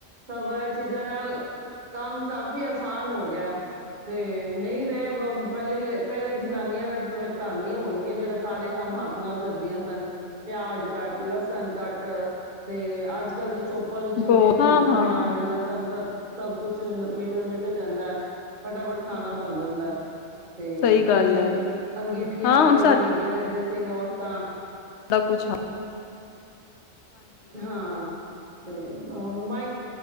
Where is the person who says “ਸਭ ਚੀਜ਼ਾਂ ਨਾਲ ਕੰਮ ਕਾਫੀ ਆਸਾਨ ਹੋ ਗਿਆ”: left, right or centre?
Right